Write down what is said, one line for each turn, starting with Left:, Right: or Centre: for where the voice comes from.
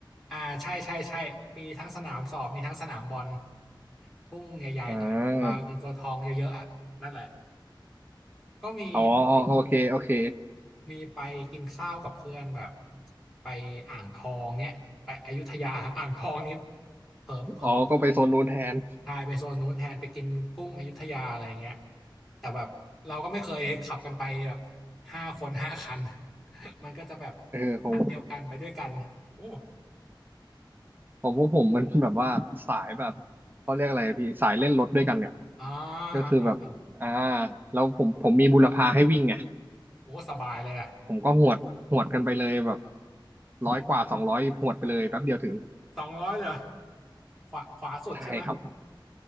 Centre: อ่าใช่ใช่ใช่มีทั้งสนามสอบมีทั้งสนามบอลทุ่งใหญ่ๆหน่อยตัวเงินตัวทองเยอะๆอ่ะนั่นแหละ
Right: ๆอ่า
Centre: ก็มีไป
Right: อ๋อโอเคโอเค
Centre: มีไปกินข้าวกับเพื่อนแบบไปอ่างทองเนี่ยไปอยุธยา <laughs> อ่างทองนี้เผลอเผลอไปนิดนึง
Right: อ๋อก็ไปโซนนู้นแทน
Centre: ใช่ไปโซนนู้นแทนไปกินกุ้งอยุธยาอะไรเงี้ยแต่แบบเราก็ไม่เคยขับกันไปแบบห้าคนห้าคัน <laughs> มันก็จะแบบ
Right: เออของ
Centre: อันเดียวกันไปด้วยกันโอ้
Right: ของพวกผมมันแบบว่าสายแบบเขาเรียกอะไรพี่สายเล่นรถด้วยกันอ่ะ
Centre: อ่า
Right: ก็คือแบบอ่า
Centre: อ่าอ่า
Right: แล้วผมผมมีบุรพาให้วิ่งไง
Centre: โอ้สบายเลยอะ
Right: ผมก็หวดหวดกันไปเลยแบบร้อยกว่าสองร้อยหวดไปเลยแป๊บเดียวถึง
Centre: สองสองร้อยเยเหรอขวาขวาสุดใช่ไหมย
Right: ใช่ครับ